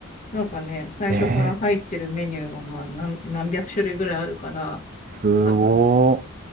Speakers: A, on the left (about 35°); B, on the right (about 40°).
A: なんかね、最初から入ってるメニューがまあ何、
B: ええ
A: 何百種類ぐらいあるから、
B: すごー。
A: 多分な